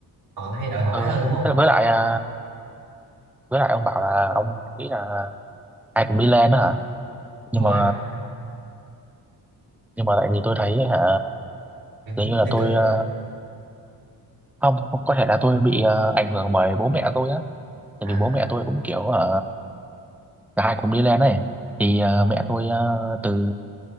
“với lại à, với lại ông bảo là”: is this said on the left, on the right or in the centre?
Centre